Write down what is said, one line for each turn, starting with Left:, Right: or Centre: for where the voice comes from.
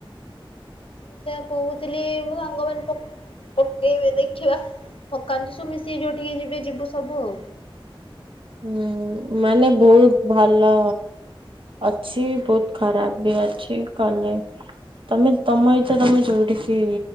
Left: ସେଇୟା କହୁଥିଲି ମୋ ସାଙ୍ଗମାନେ ପ ପକେଇବେ ଦେଖିବା। ପକାନ୍ତୁ ସବୁ ମିଶିକି ଯୋଉଠିକି ଯିବେ ଯିବୁ ସବୁ ଆଉ।
Right: ହୁଁ, ମାନେ ବହୁତ ଭଲ ଅଛି, ବହୁତ ଖରାପ ବି ଅଛି କଲେ ତମେ ତମ ଏଇତ ତମେ ଯୋଉଠିକି